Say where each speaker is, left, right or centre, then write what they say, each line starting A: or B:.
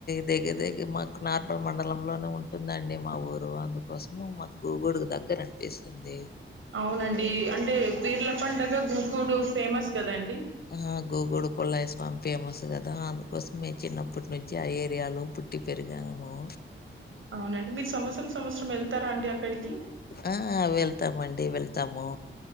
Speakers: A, on the left; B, on the right.
A: దగ్గర దగ్గర మాకు నార్పల్ మండలంలోనే ఉంటుందండి మా ఊరు అందుకోసం మాకు గూగుడికి దగ్గర అనిపిస్తుంది
B: అవునండి అంటే పీర్ల పండగ గుగూడు ఫేమస్ కదండి
A: ఆ గూగుడు కుళ్ళాయ్ స్వామి ఫేమస్ కదా దానికోసమే చిన్నప్పటి నుంచి అ ఏరియాలో పుట్టిపెరిగాము
B: అవునండి మీరు సంవత్సరం సంవత్సరం వెళ్తారా అండి అక్కడికి
A: ఆ వెళ్తామండి వెళ్తాము